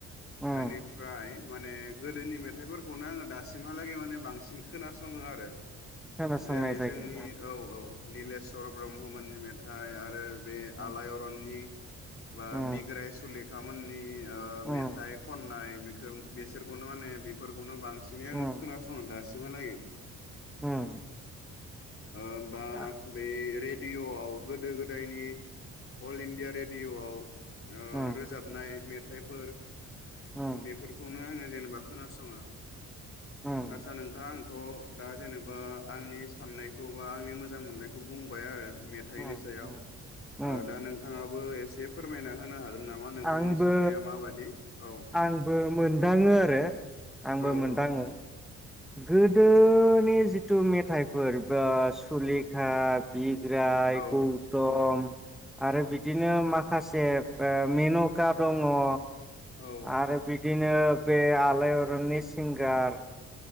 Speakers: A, in the centre; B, on the left (about 45°).
A: उम
B: एनिफ्राय माने गोदोनि मेथाइफोरखौनो आङो दासिमहालागै माने बां सिन खोनासङो आरो।
A: खोनासंनाय
B: जेरै
A: जायो
B: जोंनि औ औ। निलेशवर ब्रह्ममोननि मेथाइ आरो बे
A: ओं
B: आलायारननि बा
A: उम
B: बिग्राय सुलिखा। गामोननि ओ मेथाइ
A: उम
B: खननाय। बिखो बेसोरखौनो माने बेफोरखौनो बांसि सिनै
A: उम
B: आङो खोनासङो दास सिमालागि।
A: उम।
B: होमबा
A: आ
B: बेै रेड डिय'आव गोदो गोदायनि अल इण्डिया रेडिय'आव। ओ
A: उम
B: रोजाबनाय मेथ थाइफोर।
A: उम
B: बेफोरखौनो आङो जेनेबा खोनासङो।
A: उम
B: आदसा नों आंथ' दा जेनेबा आंनि साननायखौ बा आंनि मोजां मोननायखौ बुंबाय आरो। मेथाइनि
A: उम
B: सायाव
A: उम उम
B: दा ओ नोंथाङा बो एसे फोरमायना होनो हागोन नामा नोंथांनि
A: आंबो
B: साननाया माबादि? औ
A: आंबो मोनदाङो आरो। आंबो
B: औ
A: मोनदाङो।
B: औ
A: गोदोनि जिथु मेथाइफोर बा सुलिखा बि ग्राय
B: औ
A: गौतम। आरो बिदिनो माखासे मेन'का दङो
B: औ
A: आरो बिदिनो बे आलायारननि सिंगार,